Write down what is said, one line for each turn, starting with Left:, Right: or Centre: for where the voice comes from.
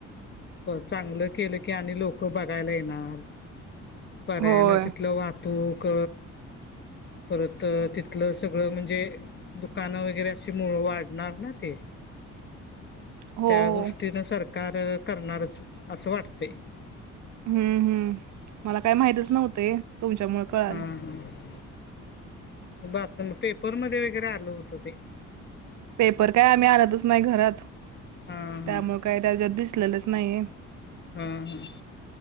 Left: हो चांगलं केलं की आणि लोक बघायला येणार पर्यायानं
Right: होय.
Left: ना तिथलं वा तूक परत तिथलं सगळं म्हणजे दुकानं वगैरे अ मुळ वाढणार ना ते
Right: हो,
Left: त्यादृष्टीनं
Right: हो.
Left: सर कार करणारच असं वाटते.
Right: हम्म हम्म, मला काय माहतीच नव्हते तुमच्या मूळ कळाल.
Left: हां हां बातम पेपरमध्ये वगैरे आलं होतं ते.
Right: पेपर काय आम्ही आणतच नाही घरात,
Left: हां
Right: त्यामुळे
Left: हां
Right: काय त्याच्यात दिसलेलंच नाहीये.
Left: हा ह.